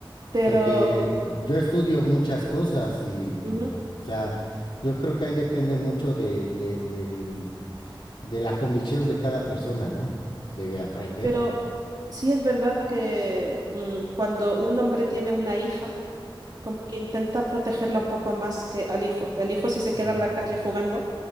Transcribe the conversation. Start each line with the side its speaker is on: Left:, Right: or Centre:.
Right: Pero,
Left: porque yo estudio muchas cosas y,
Right: ujú,
Left: o sea, yo creo que ahí depende mucho de, de, del- de la convicción de cada persona, ¿no? Debe aprender.
Right: pero sí es verdad que mm, cuando un hombre tiene una hija, como que intenta protegerla un poco más que al hijo. El hijo si se
Left: Mm,
Right: queda en la calle jugando,